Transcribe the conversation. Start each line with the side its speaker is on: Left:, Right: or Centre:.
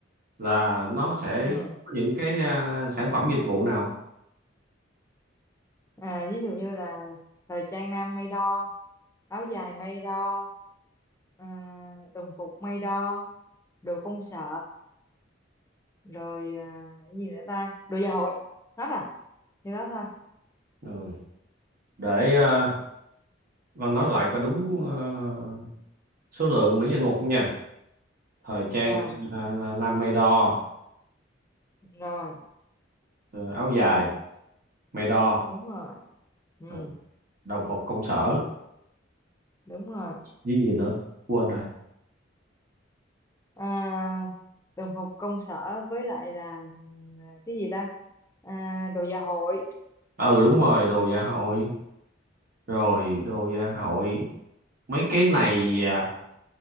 Right: là nó sẽ
Left: Ừ.
Right: có những cái ờ, sản phẩm dịch vụ nào
Left: À, ví dụ như là thời trang nam may đo, áo dài may đo, ờ, đồng phục may đo, đồ công sở, rồi à, cái gì nữa ta? Đồ gia hội. Hết à. Như đó thôi.
Right: rồi để ờ, Văn nói lại có đúng ờ, số lượng mỹ danh mục không nha thời trang
Left: Rồi,
Right: là, là nam may đo
Left: rồi,
Right: ờ, áo dài may đo
Left: đúng rồi. Ừ,
Right: ờ, đồng phục công sở
Left: đúng rồi.
Right: với gì nữa quên rồi
Left: à, đồng phục công sở với lại là ừm, cái gì ta à, đồ dạ hội
Right: ừ đúng rồi đồ dạ hội rồi đồ gia hội mấy cái này à,